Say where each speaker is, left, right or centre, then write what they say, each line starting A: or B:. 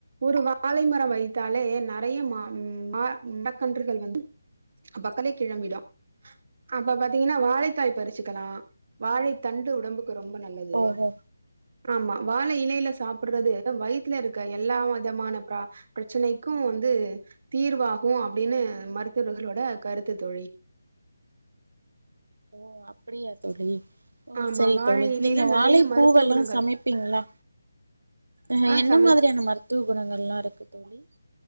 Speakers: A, on the right; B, on the right.
A: ஒரு வாழை மரம் வைத்தாலே ந நெறைய மா மா மரக்கன்றுகள் வந்து பக்கல கிழம்பிடு அப்ப பாத்தீங்கனா வாழை வாழைக்காய் பறிச்சுக்கலா வாழை தண்டு உடம்புக்கு ரொம்ப நல் நல்லது
B: ஓஹோ
A: ஆமா வாழை இலைல சாப்பிட்றது வயிதுல இருக்க எல்லா விதமான பிரா பிரச்சனைக்கு வந்து தீர்வாகு அப்டினு மருத்துவர்களோட கருத்து தோழி
B: ஓ அப்டியா தோழி ஓ
A: ஆமா
B: சரி
A: வாழை
B: தோழி
A: இலையில
B: நீங்க வாழை
A: நெறைய மருத்துவ
B: பூவெல்லா
A: குணங்கள்
B: சமைப்பீங்ளே அஹ்
A: ஆ
B: என்ன
A: சமைப்
B: மாரியான மருத்துவ குணங்கள்லா இருக்கு தோழி <inaudible>